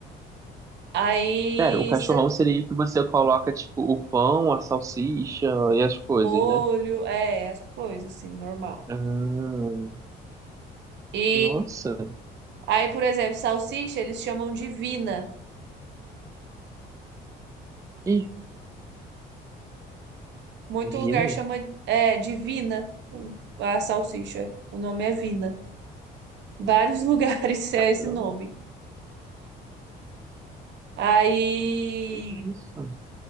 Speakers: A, on the right; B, on the right.
A: Aí,
B: Pera, o cachorrão
A: sa-
B: seria o que você coloca, tipo, o pão, a salsicha e as coisas,
A: molho,
B: né?
A: é, as coisas assim, normal.
B: Ah,
A: E
B: nossa.
A: aí, por exemplo, salsicha, eles chamam de vina.
B: Ih,
A: Muito
B: vina.
A: lugar chama, é, de vina a salsicha. O nome é vina. Vários <laughs> lugares é
B: Caramba,
A: esse nome. Aí,
B: que isso?